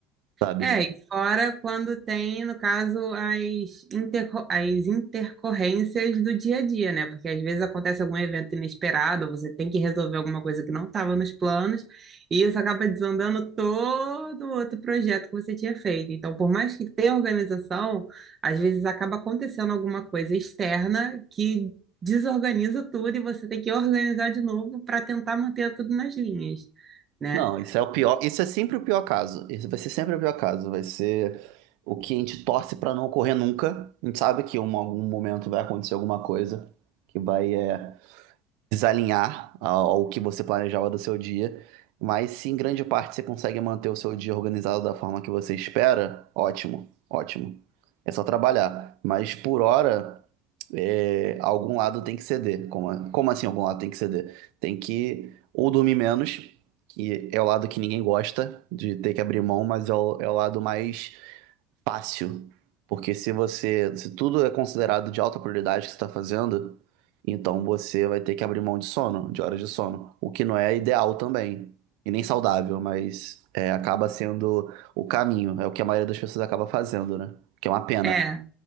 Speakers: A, on the right; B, on the right.
A: sabe?
B: É, e fora quando tem, no caso, as, interco as intercorrências do dia a dia, né? Porque às vezes acontece algum evento inesperado, ou você tem que resolver alguma coisa que não estava nos planos, e isso acaba desandando todo o outro projeto que você tinha feito. Então, por mais que tenha organização, às vezes acaba acontecendo alguma coisa externa que desorganiza tudo e você tem que organizar de novo para tentar manter tudo nas linhas, né?
A: Não, isso é o pior, isso é sempre o pior caso. Isso vai ser sempre o pior caso, vai ser o que a gente torce pra não ocorrer nunca. A gente sabe que em algum momento vai acontecer alguma coisa que vai é, desalinhar ao ao que você planejava do seu dia, mas se em grande parte você consegue manter o seu dia organizado da forma que você espera, ótimo, ótimo. É só trabalhar. Mas por hora, é, algum lado tem que ceder. Como, a- como assim algum lado tem que ceder? Tem que ou dormir menos, que é o lado que ninguém gosta de ter que abrir mão, mas é o, é o lado mais Fácil. Porque se você, se tudo é considerado de alta prioridade que você está fazendo, então você vai ter que abrir mão de sono, de horas de sono, o que não é ideal também, e nem saudável, mas é, acaba sendo o caminho, é o que a maioria das pessoas acaba fazendo, né? Que é uma pena.
B: É.